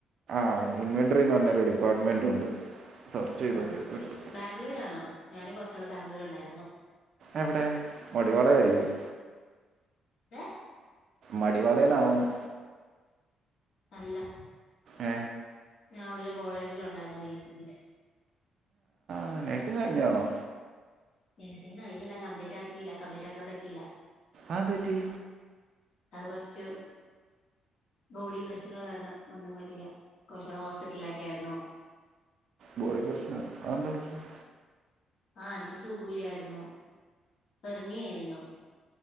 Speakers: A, on the right (about 60°); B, on the left (about 65°).
A: ആ ഇൻവെൻട്രി ന്ന് പറഞ്ഞൊരു ഡിപ്പാർട്മെന്റ് ഉണ്ട് സെർച്ച് ചെയ്ത്
B: ഓ
A: നോക്കിയോ
B: ശെരി
A: കിട്ടും.
B: ബാംഗ്ലൂരാണോ ഞാനും കൊറച്ച് നാള് ബാംഗ്ലൂർ ഉണ്ടായിരു ന്നു.
A: എവിടെ വടിവാളയാരിക്കും
B: എ
A: മടിവാളെലാണോന്ന്
B: അല്ല
A: ഏ
B: ഞാഅവടൊരുകോളേജ്ലു ണ്ടായിരുന്നു നഴ്സിങ്ങിന്
A: ആ നഴ്സിംഗ് കഴിഞ്ഞാണോ
B: നഴ്സിംഗ് കഴിഞ്ഞില്ല കംപ്ലീറ്റ് ആക്കീല്ല കംപ്ലീറ്റാക്കാൻ പറ്റീല
A: അന്തുപറ്റി
B: അഅ് കൊർച്ചു ബോഡി പ്രശ്നങ്ങൾ കാരണം ഒന്നും പറ്റില്ല കൊർച്ചി ടെ ഹോസ്പിറ്റലിലെക്കായിരുന്നു
A: ബോഡി പ്രശ്നോ അഎന്ത പ്രശ്നം
B: ആ എനിക്ക് സുഖൂല്യായിരുന്നു ഹെർണി യായിരുന്നു